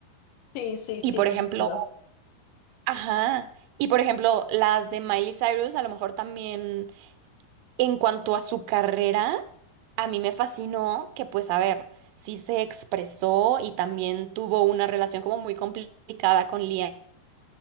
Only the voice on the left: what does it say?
Sí, sí,
sí,
entiendo.